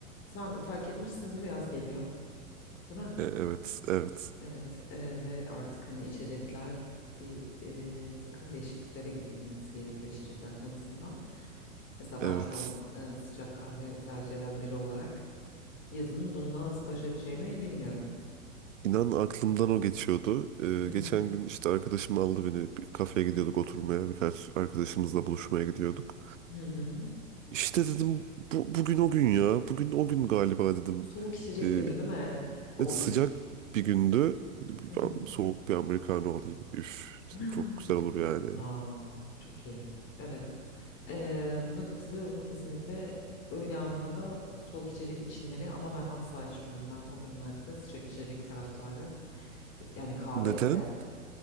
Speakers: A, on the left (about 30°); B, on the right (about 65°).
A: Sen fark etmişsindir yaz geliyor, değil mi?
B: E, Evet, evet,
A: Evet eee, ve artık hani içecekler bir eee, takım değişikliklere gidilmesi gerekiyor içecekler konusunda. Mesela
B: evet.
A: ben şu an eee, sıcak kahve tercih eden biri olarak yazın bununla nasıl baş edeceğimi bilmiyorum.
B: İnan aklımdan o geçiyordu.
A: Hı
B: E,
A: hı.
B: geçen gün işte arkadaşım aldı beni. Bir kafeye gidiyorduk oturmaya. Birkaç arkadaşımızla buluşmaya gidiyorduk.
A: Hı hı.
B: İşte dedim bu, bugün o gün ya. Bugün o gün galiba dedim.
A: Soğuk içecek
B: E,
A: günü değil mi? O
B: evet, sıcak
A: ilk.
B: bir gündü. Dedim ki,
A: Hı hı.
B: ben soğuk bir Americano alayım. Üf,
A: <gasps>
B: dedim, çok güzel olur yani.
A: Wow, çok iyi. Evet. Ee, buna katılıyorum kesinlikle. Öyle anlarda soğuk içecek içilmeli ama ben asla içmiyorum. Ben o günlerde de sıcak içecek taraftarı. Yani kahve
B: Neden?
A: ise